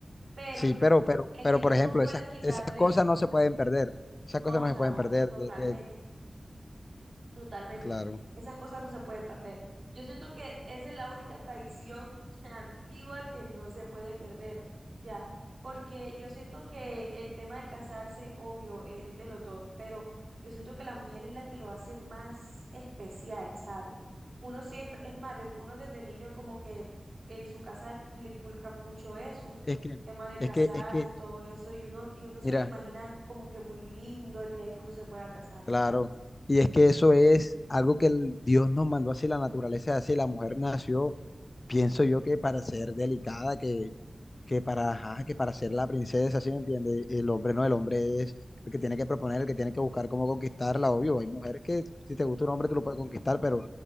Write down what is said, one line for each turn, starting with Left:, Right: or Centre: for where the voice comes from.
Right: pero
Left: Sí, pero, pero,
Right: es
Left: pero
Right: que tú
Left: por ejemplo,
Right: no puedes
Left: esas,
Right: quitarle
Left: esas cosas no se pueden perder, esas
Right: No,
Left: cosas
Right: o
Left: no
Right: sea,
Left: se pueden
Right: o-
Left: perder,
Right: totalmente.
Left: de- de-
Right: Totalmente.
Left: claro.
Right: Esas cosas no se pueden perder. Yo siento que esa es la única tradición <laughs> antigua que no se puede perder, ya, porque yo siento que el tema de casarse, obvio, eh, es de los dos, pero yo siento que la mujer es la que lo hace más especial, ¿sabe? Uno siempre, es más, de- uno desde niño como que en su casa le inculcan mucho eso,
Left: Es que,
Right: tema de casarse
Left: es que, es que,
Right: y todo eso, y uno, y uno se
Left: mira,
Right: lo imagina como que muy lindo el día que uno se pueda casar
Left: claro, y es que eso es algo que el Dios nos mandó así, la naturaleza es así, la mujer nació, pienso yo que para ser delicada, que para, ajá, que para ser la princesa, ¿sí me entiendes? El hombre no, el hombre es el que tiene que proponer, el que tiene que buscar cómo conquistarla, obvio. Hay mujeres que si te gusta un hombre tú lo puedes conquistar, pero